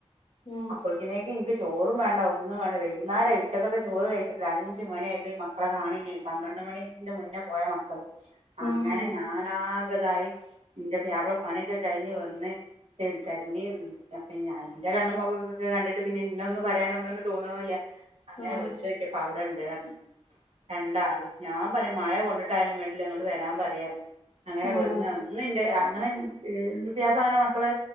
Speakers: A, on the left; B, on the right.
A: ഉം
B: അപ്പോൾക്കിനേക്ക് എനിക്ക് ചോറും വേണ്ട ഒന്നും വേണ്ട വൈകുന്നേരായി ഉച്ചക്കത്തെ ചോറ് കഴിച്ചപ്ലെ അഞ്ച് മണിയായിട്ട് മ ക്കളെ കാണില്ലേ പന്ത്രണ്ട് മണീന്റെ മുന്ന പോയ മക്കള് അങ്ങനെ
A: ഉം
B: ഞാനാക ഇതായി എന്റെ പുയ്യാപ്പള പണീക്കെ കഴിഞ്ഞ് വന്ന് <unintelligible> തെരഞ്ഞി പിന് ഞായ് എന്റെ കണ്ണും മൊഖോക്കക്ക കണ്ടിട്ട് പിന്നെ ഇന്നെ ഒന്നും പറയാനൊന്നുംനും തോന്നണോല്ല്യാ അങ്ങനെ
A: ഉം ഉം
B: വിളിച്ചോക്കിയപ്പ അവിട ഇണ്ട് ആർന്നു രണ്ടാളും ഞാൻ പറയും മഴ കൊണ്ടിട്ടായാലും വേണ്ടില്ല ഇങ്ങോട്ട് വെരാൻ പറയാഞ് അങ്ങനെ
A: ആഹ്
B: വെന്ന് അന്ന് എന്റെ അങ്ങനെ <unintelligible> പുയ്യാപ്പ ള അങ്ങനെ മക്കളെ